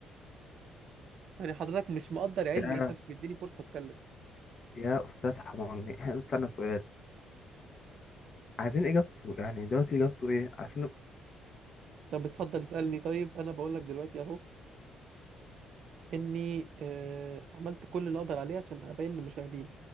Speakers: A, on the right; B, on the left.
A: يعني حضرتك مش مقدر علمي
B: يا
A: انت مش مديني فرصة اتكلم
B: يا استاذ حماني احنا بنستنى سؤال عايزين اجابته يعني دلوقتي اجابته ايه عشان
A: طب اتفضل اسألني طيب انا بقول لك دلوقتي اهو اني آه، عملت كل اللي اقدر عليه عشان ابين للمشاهدين